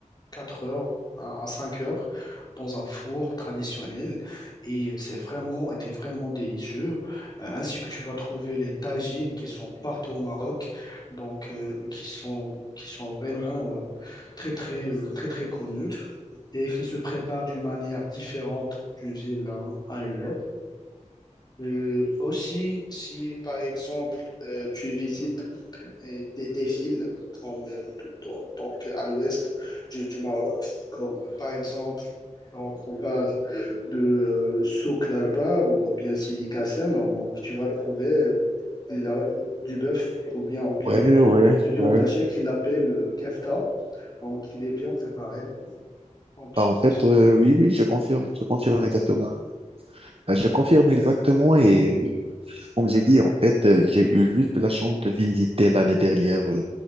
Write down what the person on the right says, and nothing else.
Ouais,
ouais,
ouais.
Ah, en fait,
euh, oui, oui, je confirme, je confirme exactement. Euh, Je confirme exactement et Comme j'ai dit, en fait, euh, j'ai eu juste la chance de visiter l'année dernière euh,